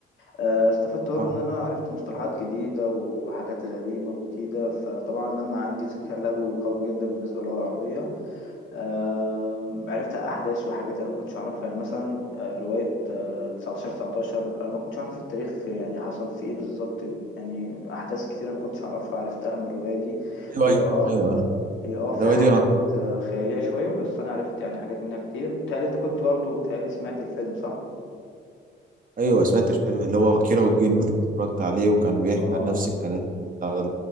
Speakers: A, on the left (about 75°); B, on the right (about 45°).
A: آه، استفدت برضه
B: آه.
A: ان انا عرفت مصطلحات جديده وحاجات غريبه وجديده فطبعا لما عندي ذكاء لغوي قوي جدا بالنسبه للغه العربيه آم، عرفت احداث وحاجات انا ما كنتش اعرفها يعني مثلا آه، روايه آه، 19 19 انا ما كنتش اعرف التاريخ يعني حصل فيه ايه بالظبط يعني احداث كتيره ما كنتش اعرفها عرفتها من الروايه دي
B: ايوه
A: هي
B: ايوه
A: اه
B: ايوه انا
A: هي اه فيها
B: الروايه
A: حاجات
B: دي انا
A: آه، خياليه شويه بس انا عرفت يعني حاجات منها كتير بتهيألي انت كنت برضه بتهيألي سمعت الفيلم صح
B: ايوه سمعت الفيلم اللي هو كيرة والجن اتفرجت عليه وكان
A: اه
B: بيحكي عن نفس الكلام بتاع